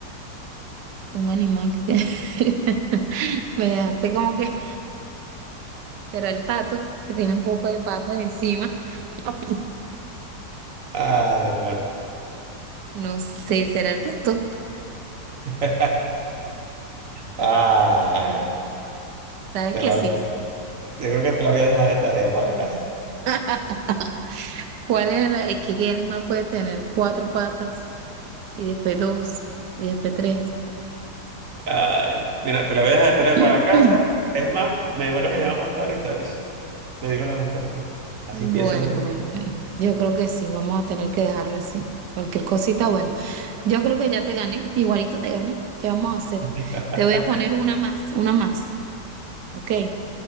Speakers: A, on the right; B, on the right.
A: Un animal que tiene... <laughs> Me dejaste como que será el pato, que tiene un poco de patas encima. <laughs>
B: Ay, vale.
A: No sé, será el pato.
B: <laughs> Ay,
A: ¿Sabes
B: te
A: que
B: la-
A: sí?
B: yo creo que te la voy a dejar de tarea para casa.
A: <laughs> ¿Cuál es la... Es que qué animal puede tener cuatro patas y después dos y después tres.
B: Ay, mira, te la voy a dejar de tarea para
A: Iki.
B: casa. Es más, me vuelves a llamar más tarde y te aviso. Te digo la respuesta. Así
A: Bueno,
B: piensas un ratito.
A: bueno, bueno. Yo creo que sí, vamos a tener que dejarla así. Cualquier cosita, bueno. Yo creo que ya te gané, igualito te gané. ¿Qué vamos a hacer?
B: <laughs>
A: Te voy a poner una más, una más. ¿Ok?